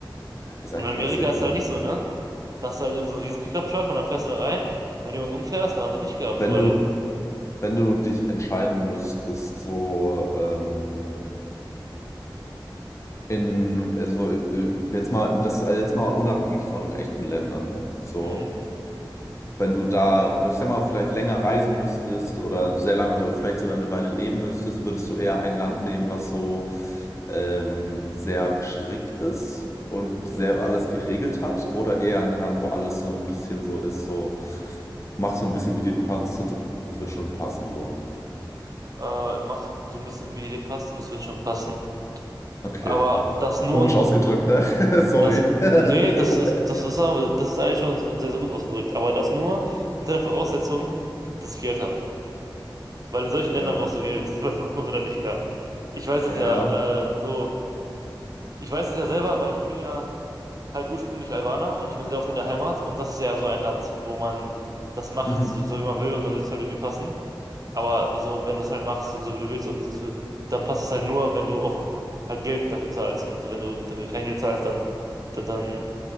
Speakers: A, on the left (about 35°); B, on the right (about 45°).
A: Ist
B: Und
A: eigentlich
B: in Amerika
A: witzig,
B: ist
A: ne?
B: es halt nicht so, ne? Da hast du halt irgend so einen riesen Pickup-Truck und dann fährst du da rein. Und wenn jemand umfährst, dann hat er Pech gehabt,
A: Wenn
B: so weil,
A: du, Wenn du dich entscheiden müsstest, so ähm, in, also äh, jetzt mal, das also jetzt mal unabhängig von echten Ländern, so,
B: hm,
A: wenn du da, ich sag mal, vielleicht länger reisen müsstest oder sehr lange oder vielleicht sogar eine Weile leben müsstest, würdest du eher ein Land nehmen, was so ähm, sehr strikt ist und sehr alles geregelt hat, oder eher ein Land, wo alles so ein bisschen so ist, so, mach so ein bisschen wie dir passt und das wird schon passen, so.
B: äh, mach so ein bisschen, wie dir passt und es wird schon passen.
A: Okay.
B: Aber das
A: War
B: nur,
A: komisch ausgedrückt, ne? <laughs> Sorry.
B: das,
A: <laughs>
B: nee, das ist, das ist, aber- das ist eigentlich schon so sehr, sehr gut ausgedrückt. Aber das nur unter der Voraussetzung, dass ich Geld habe. Weil in solchen Ländern
A: Ja.
B: brauchst du Geld, <laughs> weil sonst kommst du da nicht klar. Ich weiß das
A: Ja.
B: ja, äh, so, ich weiß das ja selber, weil ich bin ja halt ursprünglich Albaner und ich bin sehr oft in der Heimat und das ist ja so ein Land, wo man das macht,
A: Mhm.
B: so, so wie man will und dann wird es halt irgendwie passen. Aber so, wenn du es halt machst, so wie du willst und das, wird- dann passt es halt nur, wenn du auch halt Geld dafür zahlst und so, wenn du dafür kein Geld zahlst, dann dann